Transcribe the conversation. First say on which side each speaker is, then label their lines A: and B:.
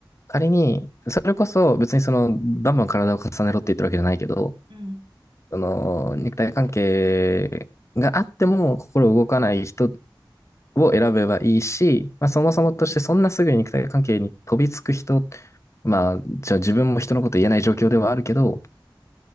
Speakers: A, on the left; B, on the right.
A: 仮に、それこそ別にその、バンバン体を重ねろって言ってるわけじゃないけど、
B: うん、
A: その、肉体関係があっても心動かない人を選べばいいし、まあそもそもとしてそんなすぐに肉体関係に飛びつく人、
B: うん、うん、
A: まあ、じゃあ自分も人のこと言えない状況ではあるけど、